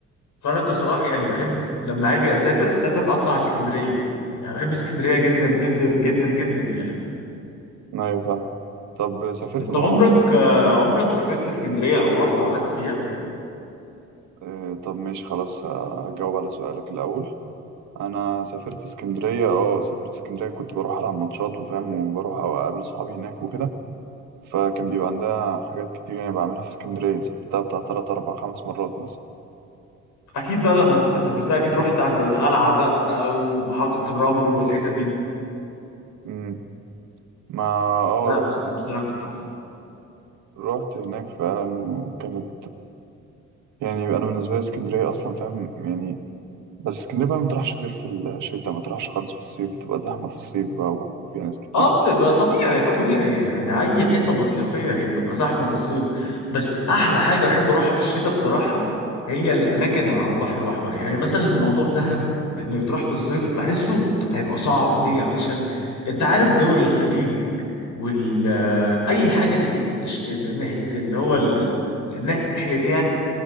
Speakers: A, on the left; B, on the right.
A: فانا بصراحه يعني بحب لما اجي اسافر اسافر اطلع على اسكندريه يعني بحب اسكندريه جدا جدا جدا جدا يعني
B: ايوه فاهم طب سافرت
A: انت
B: بره
A: عمرك
B: مصر
A: آه، عمرك سافرت اسكندريه او رحت وقعدت فيها
B: آه، طب ماشي خلاص آه، اجاوب على سؤالك الاول انا سافرت اسكندريه اه سافرت اسكندريه كنت بروح العب ماتشات وفاهم وبروح أو اقابل صحابي هناك وكده فكان بيبقى عندها حاجات كتير يعني بعملها في اسكندريه سافرتها بتاع تلات اربع خمس مرات مثلا
A: اكيد بقى لما انت سافرتها اكيد رحت عند القلعه بقى ومحطه الرمل والحتت دي
B: امم ما اه
A: لا
B: رحت
A: بصراحه كانت تحفه
B: رحت هناك فعلا وكانت يعني انا بالنسبه لي اسكندريه اصلا فاهم يعني بس اسكندرية بقى ما تروحش غير في الشتاء ما تروحش خالص في الصيف بتبقى زحمة في الصيف بقى وفيها ناس كتير
A: اه بتبقى طبيعي طبيعي يعني اي حته مصيفيه هي بتبقى زحمه في الصيف بس احلى حاجه بحب اروحها في الشتاء بصراحه هي الاماكن اللي على البحر الاحمر يعني مثلا الموضوع دهب انه يتروح في الصيف بحسه هيبقى صعب ليه علشان انت عارف دول الخليج وال آه، اي حاجه ناحيه الش- ناحيه اللي هو ال- الناحيه دي يعني